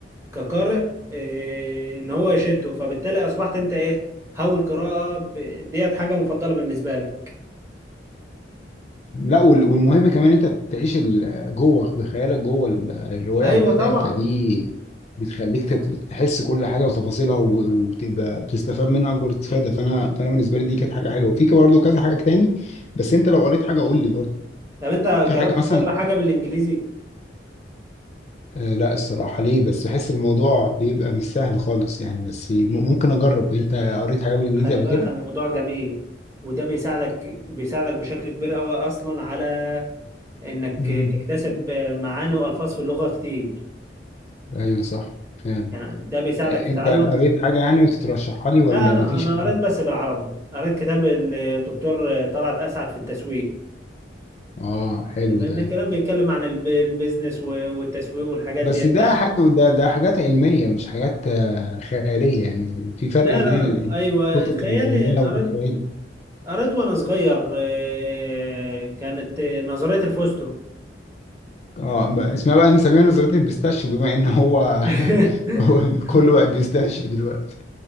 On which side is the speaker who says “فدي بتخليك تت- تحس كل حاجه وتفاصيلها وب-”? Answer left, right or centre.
Left